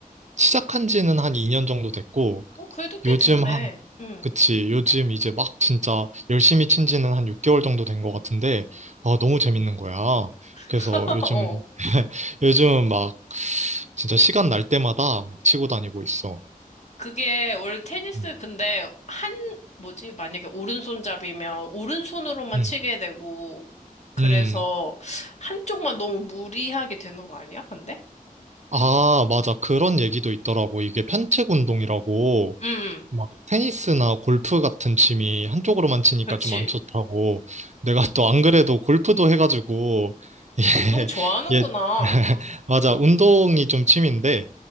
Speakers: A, on the right; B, on the left.
A: 시작한 지는 한 2년 정도 됐고,
B: 어, 그래도 꽤
A: 요즘
B: 됐네.
A: 한,
B: 응.
A: 그치. 요즘 이제 막 진짜 열심히 친 지는 한 6개월 정도 된 것 같은데, 아, 너무 재밌는 거야. 그래서
B: <laughs>
A: 요즘은,
B: 어.
A: <laughs> 요즘은 막 진짜 시간 날 때마다 막 치고 다니고 있어.
B: 그게 원래 테니스
A: 음.
B: 근데 한 뭐지? 만약에 오른손잡이면 오른손으로만
A: 음.
B: 치게 되고 그래서
A: 음.
B: 한쪽만 너무 무리하게 되는 거 아니야? 근데?
A: 아, 맞아. 그런 얘기도 있더라고. 이게 편측 운동이라고.
B: 응. 응.
A: 막 테니스나 골프 같은 취미 한쪽으로만 치니까
B: 그치.
A: 좀 안 좋다고 내가 또 안 그래도 골프도 해가지고 <laughs>
B: 운동 좋아하는구나.
A: 예, 예 <laughs> 맞아 운동이 좀 취미인데